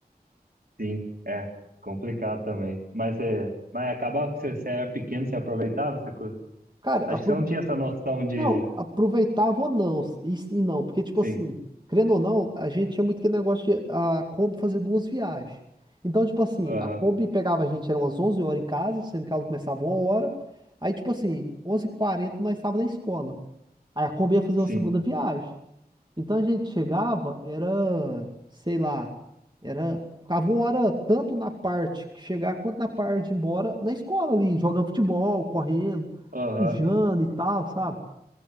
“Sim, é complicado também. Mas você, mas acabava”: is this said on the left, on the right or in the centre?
Right